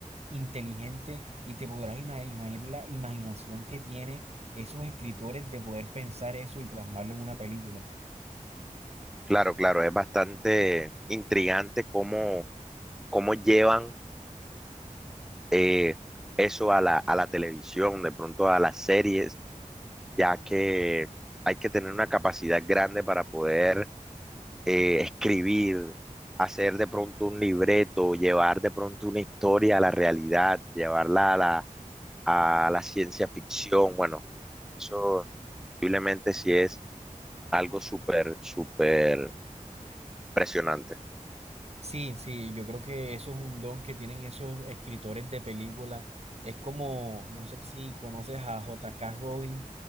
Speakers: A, on the right; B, in the centre.
A: inteligente y te podrás imaginar la imaginación que tienen esos escritores de poder pensar eso y plasmarlo en una película.
B: Claro, claro, es bastante intrigante cómo, cómo llevan eh, eso a la, a la televisión, de pronto a las series ya que hay que tener una capacidad grande para poder eh, escribir, hacer de pronto un libreto, llevar de pronto una historia a la realidad, llevarla a la, a la ciencia ficción. Bueno, eso posiblemente sí es algo súper, súper impresionante.
A: Sí, sí, yo creo que eso es un don que tienen esos escritores de películas. Es como, no sé si conoces a J.K. Rowling,